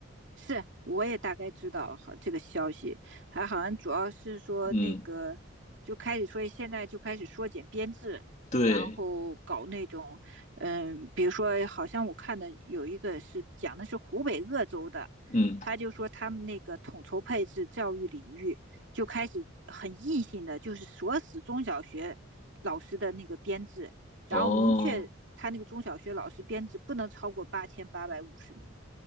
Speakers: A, on the right (about 60°); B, on the left (about 35°).
A: 是，我也大概知道好这个消息，还好像主要是说那个就开始说现在就开始缩减编制，
B: 嗯，对，
A: 然后搞那种，嗯，比如说好像我看的有一个是讲的是湖北鄂州的，
B: 嗯，
A: 他就说他们那个统筹配置教育领域就开始很硬性的，就是锁死中小学老师的那个编制，然后明确他那个中小学老师编制不能超过八千八百五十名，
B: 哦